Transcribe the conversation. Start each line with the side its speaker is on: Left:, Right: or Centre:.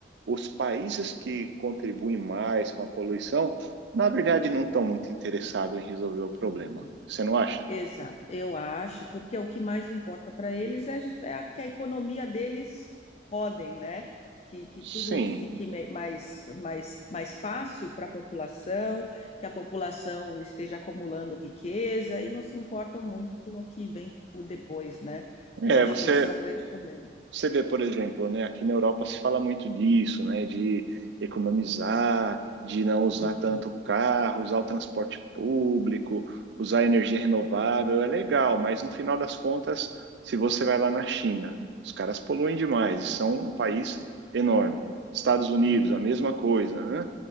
Right: os países que contribuem mais com a poluição, na verdade, não estão muito interessados em resolver o problema.
Left: Uhum.
Right: Você não acha?
Left: Exato, eu acho, porque o que mais importa para eles é, é a- que a economia deles rodem, né? Que, que tudo
Right: Sim.
Left: fique me- mais, mais, mais fácil para a população, que a população esteja acumulando riqueza e não se importam muito com o que vem por depois, né?
Right: É,
Left: Eu acho
Right: você
Left: que esse é um grande problema.
Right: Você vê, por exemplo, né, aqui na Europa se fala muito disso, né, de economizar, de não usar
Left: Uhum,
Right: tanto o carro, usar o transporte público, usar energia renovável, é legal, mas no final das contas, se você vai lá na China, os caras poluem demais e são um país enorme. Estados Unidos,
Left: uhum,
Right: a mesma coisa, né?